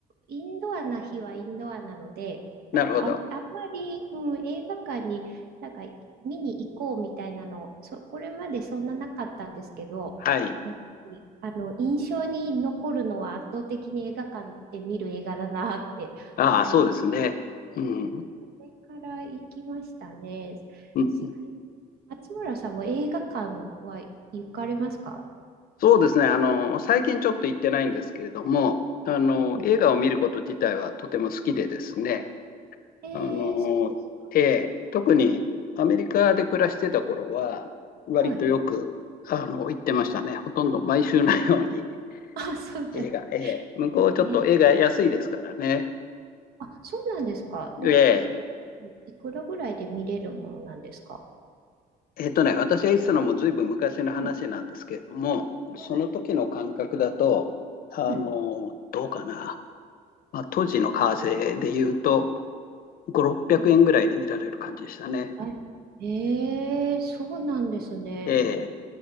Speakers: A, on the right (about 65°); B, on the left (about 60°).
A: インドアな日はインドアなので、なんかあん、
B: なるほど。
A: あんまり、うん、映画館に、なんか、見に行こうみたいなの、そ、これまでそんななかったんですけど、
B: はい。
A: やっぱり、あの、印象に残るのは圧倒的に映画館で見る映画だなって思って、
B: ああ、そうですね。うん。
A: それから行きましたね。
B: うん、
A: 最松村さんも映画館は行かれますか
B: そうですね。あの、最近ちょっと行ってないんですけれども、あの、
A: はい
B: 映画を見ること自体はとても好きでですね。
A: ええそうですか。
B: あの、で、特にアメリカで暮らしてた頃は、割とよく、
A: はい。
B: あの、行ってましたね。ほとんど毎週のように
A: あ、そうだ。
B: <laughs> 映画、
A: え
B: えー向こうちょっと映画安いですからね。
A: えあ、そうなんですか。
B: で、
A: お、いくら、いくらぐらいで見れるものなんですか。
B: えっとね、私が言ってたのもずいぶん昔の話なんですけれども、
A: うん。
B: その時の感覚だと、
A: はい。
B: あの、
A: はい。
B: どうかな。まあ、当時の為替で言うと、5、600円ぐらいで見られる感じでしたね。
A: うんあ、ええそうなんですね。
B: ええ